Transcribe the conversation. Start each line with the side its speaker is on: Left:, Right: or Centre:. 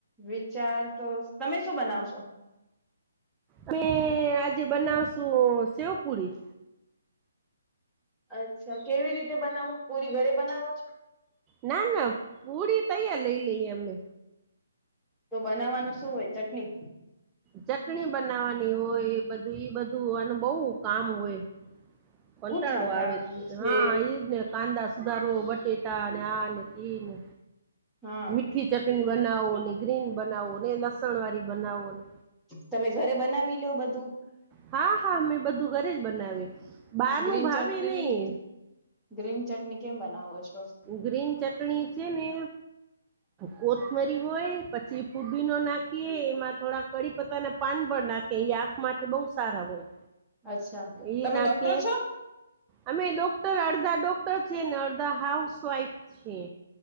Centre: વિચાર તો, તમે શું બનાવશો?
Right: અમે આજે બનાવશુ સેવપુડી.
Centre: અચ્છા કેવી રીતે બનાવો? પૂરી ઘરે બનાવો છો?
Right: ના ના. પુડી તૈયાર લઈ લઈએ અમે.
Centre: તો બનાવાનું શું હોય ચટની?
Right: ચટણી બનાવાની હોય, એ બધું ઈ બધું આનું બહુ કામ હોય. કંટાળો
Centre: કુથા
Right: આવે.
Centre: કામ છે
Right: હા, એજ ને કાંદા સુધારો, બટેટા ને આને તેને.
Centre: હા
Right: મીઠી ચટણી બનાવો ને, ગ્રીન બનાવો ને, એ લસણવારી બનાવોને.
Centre: તમે ઘરે બનાવી લો બધું?
Right: હા હા મેં બધું ઘરે જ બનાવી. બારનું
Centre: ગ્રીન
Right: ભાવે
Centre: ચટણી
Right: નહી.
Centre: ગ્રીન ચટણી કેમ બનાવો છો?
Right: ગ્રીન ચટણી છે ને કોથમરી હોય, પછી કુદી નો નાખીએ એમાં થોડા કડીપત્તા ના પાન પર નાખીએ કે એ આંખ માટે બહુ સારા હોય
Centre: અચ્છા
Right: એ
Centre: તમે
Right: નાખીએ
Centre: ડોક્ટર છો
Right: અમે ડોક્ટર અડધા ડોક્ટર છે, ને અડધા હાઉસવાઈફ છી